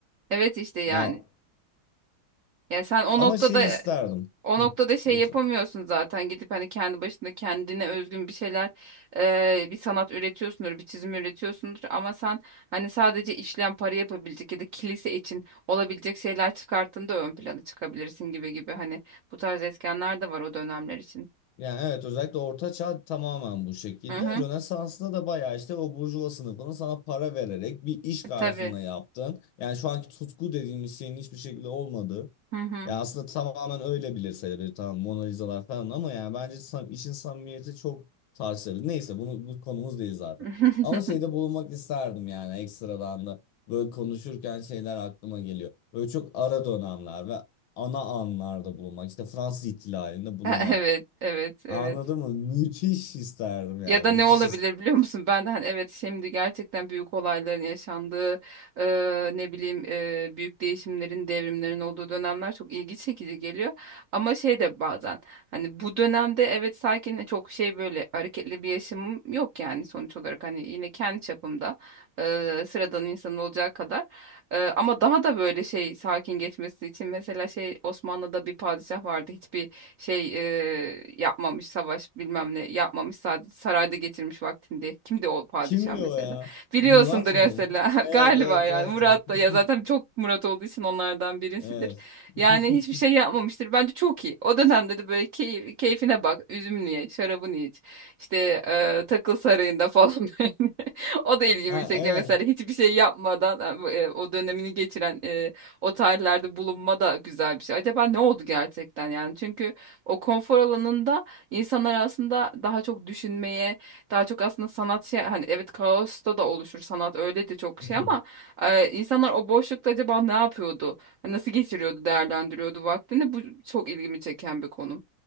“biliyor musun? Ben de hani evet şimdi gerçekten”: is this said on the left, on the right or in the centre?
Right